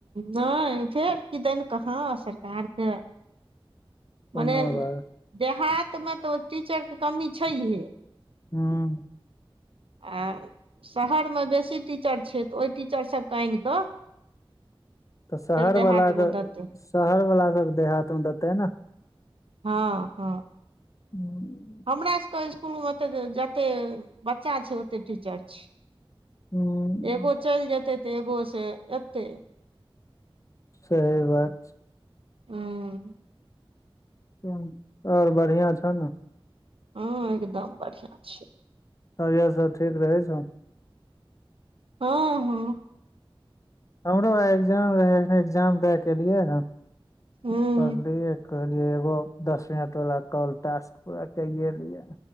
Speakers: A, on the right; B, on the left.
A: नहि फेर किदन कहाँ सरकार के
B: कोनो
A: मने
B: बात
A: देहातमे त ओ टीचरके कमी छैहे
B: ह
A: आ। शहरमे बेसी टीचर छै तऽ ओहि टीचर सभके आनि क
B: तऽ शहर
A: देहातमे
B: वला कऽ
A: देतै
B: के शहर वला सभ देहात मे देतै ने
A: ह ह
B: हूँ।
A: हमरा सभके स्सकूल मे त जते बच्चा छै ओते टीचर छी
B: हूँ
A: एगो चलि जेते तऽ एगो से एतै।
B: सहि बात।
A: हँ
B: ह आओर बढ़िआ छौ ने
A: हँ एकदम बढ़िआ छै
B: तब इएह सभ ठीक रहै छौ
A: ह ह
B: हमरो आ एग्जाम रहै एग्जाम दए केलियै
A: हँ
B: पलियै कहलियै एगो दस मिनट वला कॉल टासक पूरा कऽ लियै